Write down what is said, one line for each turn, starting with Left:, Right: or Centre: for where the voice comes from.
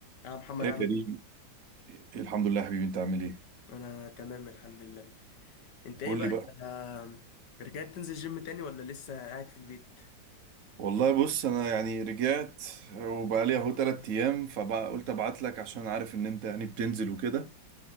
Left: يا محمد
Right: يا
Left: عامل
Right: كريم
Left: ايه؟
Right: الحمد لله يا حبيبي انت عامل ايه
Left: انا تمام الحمد لله انت ايه
Right: قول
Left: بقى
Right: لي بقى
Left: انت رجعت تنزل جيم تاني ولا لسه قاعد في البيت؟
Right: والله بص انا يعني رجعت وبقى لي اهو تلات ايام فبقى قلت ابعت لك عشان عارف ان انت يعني بتنزل وكده